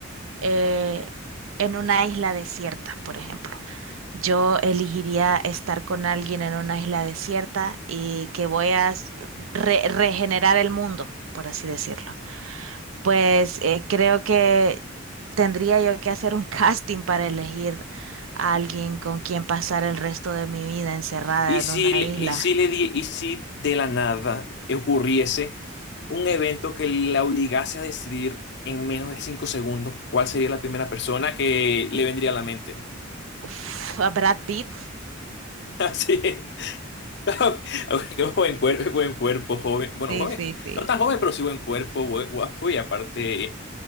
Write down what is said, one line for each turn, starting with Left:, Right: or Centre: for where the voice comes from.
Right: eh, en una isla desierta, por ejemplo. Yo elegiría estar con alguien en una isla desierta y que voy a s- re- regenerar el mundo, por así decirlo. Pues eh, creo que tendría yo que hacer un <laughs> casting para elegir a alguien con quien pasar el resto de mi vida encerrada
Left: ¿Y
Right: en
Left: si,
Right: una isla.
Left: y si le di- y si de la nada ocurriese un evento que la obligase a decidir en menos de cinco segundos cuál sería la primera persona que le vendría a la mente?
Right: Uf, a Brad Pitt,
Left: <laughs> Así es. <laughs> Qué buen cuerpo, buen cuerpo, joven. Bueno,
Right: Sí,
Left: joven,
Right: sí, sí.
Left: no tan joven, pero sí buen cuerpo, buen- guapo y aparte